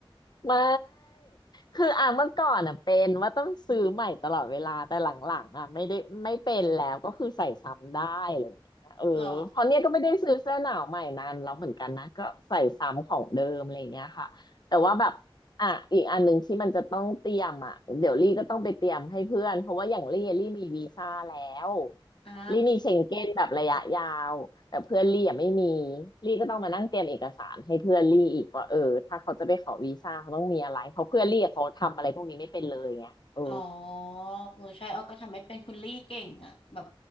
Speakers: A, on the left; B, on the left.
A: ไม่คืออ่ะเมื่อก่อนอ่ะเป็นว่าต้องซื้อใหม่ตลอดเวลาแต่หลังๆอ่ะไม่ได้ไม่เป็นแล้วก็คือใส่ซ้ำได้อะไรอย่างเงี้ยเออเพราะเนี้ยก็ไม่ได้ซื้อเสื้อหนาวใหม่นานแล้วเหมือนกันนะก็ใส่ซ้ำของเดิมอะไรอย่างเงี้ยค่ะแต่ว่าแบบอ่ะอีกอันหนึ่งที่มันจะต้องเตรียมอ่ะเดี๋ยวลี่ก็ต้องไปเตรียมให้เพื่อนเพราะว่าอย่างลี่ลี่มีวีซ่าแล้ว
B: <laughs> หรออ่า
A: ลี่มีเชงเก้นแบบระยะยาวแต่เพื่อนลี่อ่ะไม่มีลี่ก็ต้องมานั่งเตรียมเอกสารให้เพื่อนลี่อีกว่าเออถ้าเขาจะไปขอวีซ่าเขาต้องมีอะไรเพราะเพื่อนลี่อะเขาทำอะไรพวกนี้ไม่เป็นเลยไงเออ
B: อ๋อเออใช่อ้อก็ทำไม่เป็นคุณลี่เก่งอ่ะแบบ